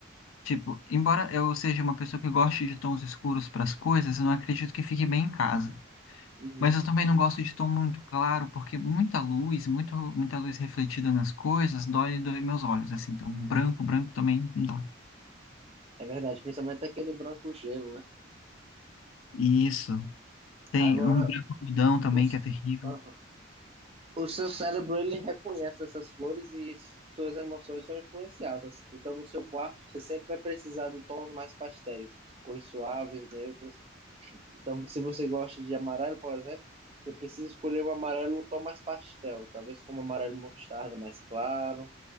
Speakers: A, on the left; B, on the right.
A: Tipo, embora eu seja uma pessoa que goste de tons escuros para as coisas, eu não acredito que fique bem em casa.
B: Uhum.
A: Mas eu também não gosto de tom muito claro, porque muita luz, muito, muita luz refletida nas coisas, dói, dói meus olhos, assim. Então, branco, branco também não dá.
B: É verdade, principalmente aquele branco gelo, né?
A: Isso. Tem
B: Agora,
A: um branco algodão também,
B: o, s-
A: que é terrível.
B: aham. O seu cérebro, ele reconhece essas cores e suas emoções são influenciadas. Então, no seu quarto, você sempre vai precisar de tons mais pastéis, cores suaves, neutras. Então, se você gosta de amarelo, por exemplo, você precisa escolher um amarelo, um tom mais pastel, talvez como amarelo mostarda mais claro,